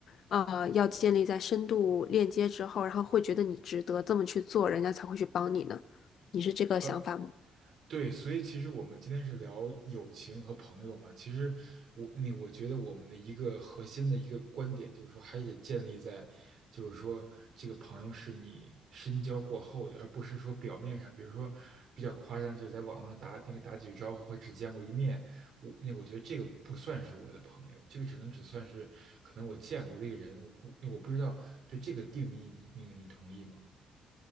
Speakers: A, on the left; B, on the right.
A: 呃，要建立在深度链接之后，然后会觉得你值得这么去做，人家才会去帮你呢。你是这个想法吗？
B: 呃，对，所以其实我们今天是聊友情和朋友嘛。其实我你我觉得我们的一个核心的一个观点就是说，还得建立在，就是说这个朋友是你深交过后的，而不是说表面上，比如说比较夸张，就是在网上打那个打几句招呼或者只见过一面，我那我觉得这个不算是我的朋友，这个只能只算是可能我见过的一个人，我我我不知道对这个定义你那个你同意吗？